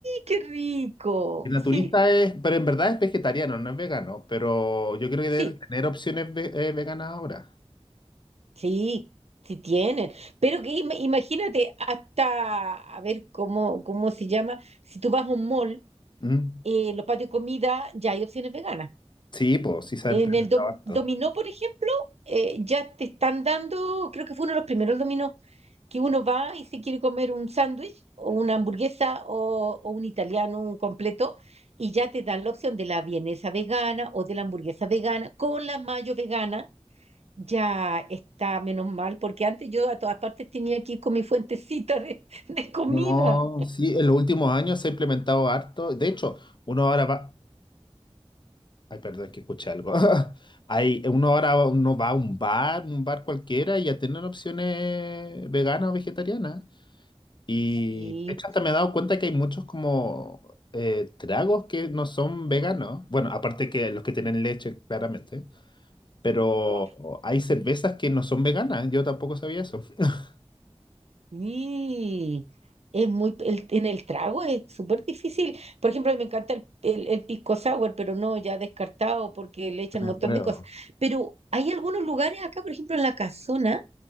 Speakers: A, on the right; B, on the left.
A: qué rico.
B: El naturista
A: Sí,
B: es, pero en verdad es vegetariano, no es vegano, pero yo creo que
A: sí,
B: deben tener opciones ve- eh, veganas ahora.
A: sí, sí tienen. Pero que im- imagínate hasta, a ver cómo, cómo se llama, si tú vas a un mall,
B: Mm.
A: eh, los patios de comida, ya hay opciones veganas.
B: Sí, pues sí se
A: En
B: ha implementado
A: el dom-
B: harto.
A: dominó, por ejemplo, eh, ya te están dando, creo que fue uno de los primeros dominó, que uno va y se quiere comer un sándwich o una hamburguesa o, o un italiano, un completo, y ya te dan la opción de la vienesa vegana o de la hamburguesa vegana con la mayo vegana. Ya está menos mal, porque antes yo a todas partes tenía que ir con mi fuentecita de, de comida.
B: No, sí, en los últimos años se ha implementado harto. De hecho, uno ahora va. Ay, perdón, es que escuché algo. <laughs> Hay, uno ahora uno va a un bar, un bar cualquiera, y ya tienen opciones veganas o vegetarianas. Y
A: Sí,
B: de hecho hasta me he dado cuenta que hay muchos como eh, tragos que no son veganos. Bueno, aparte que los que tienen leche, claramente. Pero
A: claro.
B: hay cervezas que no son veganas. Yo tampoco sabía eso. <laughs>
A: Mm, es muy, el- en el trago es súper difícil. Por ejemplo, a mí me encanta el, el, el pisco sour, pero no, ya descartado porque le echan
B: Tiene
A: un montón
B: huevo.
A: de cosas. Pero hay algunos lugares acá, por ejemplo, en la casona,